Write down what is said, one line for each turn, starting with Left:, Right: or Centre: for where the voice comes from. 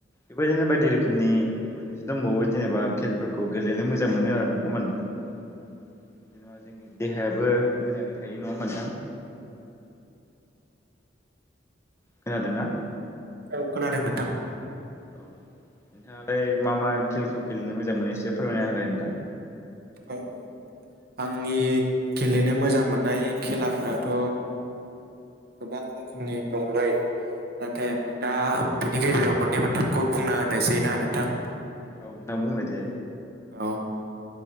Left: बेबायदिनो बायदि रोखोमनि मोननैसो दंबावो जेनोबा खेलफोरखौ गेलेनो मोजां मोनो आरो नङामोन जेनोबा जोंनि देहायाबो मोजाङै थायो नङा होनबा नोंथां? खोनादोंना?
Right: औ खोनादों नोंथां।
Left: औ नोंथाङालाय मा मा खेलखौ गेलेनो मोजां मोनो एसे फोरमायना होलाय नोंथां।
Right: औ औ आंनि गेलेनो मोजां मोननाय खेलाफ्राथ' गोबां रोखोमनि दंलै नाथाय आं दा बिनि गेजेराव मोननै मोनथामखौ बुंना होनोसै ना नोंथां?
Left: औ नोंथाङा बुंलाय दे।
Right: औ